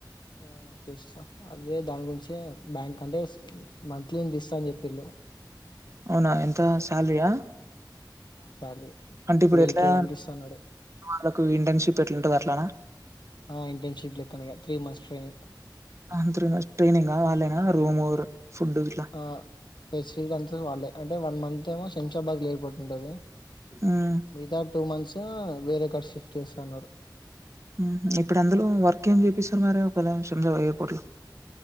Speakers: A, on the left; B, on the right.
A: ఆ చూస్తా అదే దాని గురించి బ్యాంక్ అంటే మంత్లీని ఇస్తా అని చెప్పిళు
B: అవునా ఎంత శాలరియా
A: శాలరీ
B: అంటే ఇప్పుడు
A: ట్వెల్వ్
B: ఎట్లా
A: కే దాక ఇస్తా అన్నాడు
B: వాళ్ళకు ఇంటర్న్షిప్ ఎట్లాంటంది అట్లనా
A: ఆ ఇంటర్న్షిప్ లెక్కన గా త్రీ మంత్స్ ట్రైనింగ్
B: అ త్రీ మంత్స్ ట్రైనింగా వాళ్లేనా రూము ఫుడ్ ఇట్లా?
A: ఆ ఫెసిలిటీ అంతా వాళ్ళే అంటే వన్ మంత్ ఏమో శంషాబాద్ ఎయిర్పోర్ట్ లో ఉంటది
B: మ్మ్
A: మిగతా టూ మంత్స్ వేరే కాడ షిఫ్ట్ చేస్తన్నారు
B: మ్ హు ఇప్పుడు అందులో వర్క్ ఏం చేపిస్తారు మరి ఒకలా శంషాబాద్ ఎయిర్పోర్ట్లో